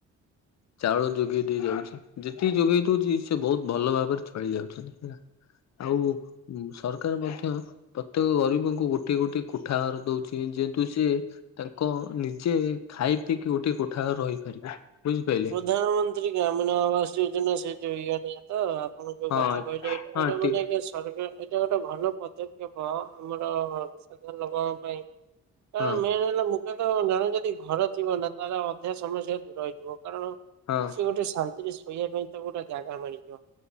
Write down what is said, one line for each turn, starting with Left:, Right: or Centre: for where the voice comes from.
Left: ଚାଉଳ ଯୋଗେଇ ଦେଇ ଯାଉଛି ଯେତିକି ଯୋଗେଇ ଦଉଛି ସେ ବହୁତ ଭଲ ଭାବରେ ଛଳି ଯାଉଛନ୍ତି ହେଲା ଆଉ। ଉଁ ସରକାର ମଧ୍ୟ ପ୍ରତ୍ୟେକ ଗରିବଙ୍କୁ ଗୋଟିଏ ଗୋଟିଏ କୋଠା ଘର ଦଉଛି। ଯେହେତୁ ସିଏ ତାଙ୍କ ନିଜେ ଖାଇ ପିଇକି ଗୋଟିଏ କୋଠା ରହିପାରିବେ। ବୁଝିପାଇଲେ?
Right: ପ୍ରଧାନମନ୍ତ୍ରୀ, ଗ୍ରାମୀଣ ଆବାସ ଯୋଜନା, ସେ ଯୋଉ ଇଆଡେ ତ, ଆପଣଯୋଉ
Left: ହଁ
Right: କଥା କହିଲେ, ଏଟ
Left: ହଁ
Right: ଗୋଟେ ମାନେ
Left: ଠିକ
Right: ସରକାର, ଏଇଟା ଗୋଟେ ଭଲ ପଦକ୍ଷେପ ଆମର ଲୋକଙ୍କ ପାଇଁ,
Left: ହଁ
Right: ମେନ ହେଲା ମୁଁ ତ ଜଣେ ଯଦି ଘର ଥିବ ନା, ତାର ଅଧା ସମସ୍ୟା ଦୂର ହେଇଯିବ। କାରଣ
Left: ହଁ
Right: ସିଏ ଗୋଟେ ଶାନ୍ତି ଟିକିଏ, ଶୋଇବା ପାଇଁ ତାକୁ ଗୋଟେ ଜାଗା ମିଳିବ,